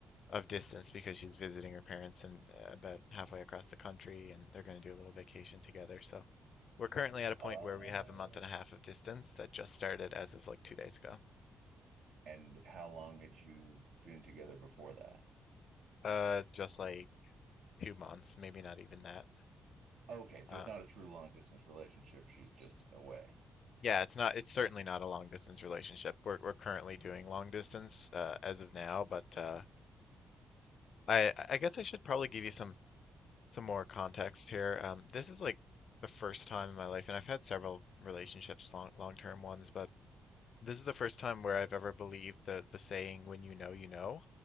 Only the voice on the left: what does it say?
of distance because she's visiting her parents and uh, about halfway across the country, and they're going to do a little vacation together. So we're currently at a point
where we have a month and a half of distance that just started as of like two days ago.
Uh, just like two months, maybe not even that.
Uh,
yeah, it's not, it's certainly not a long distance relationship. We're we're currently doing long distance uh, as of now, but uh, I I guess I should probably give you some some more context here. Um, this is like the first time in my life, and I've had several relationships, long long-term ones, but This is the first time where I've ever believed the the saying "when you know, you know."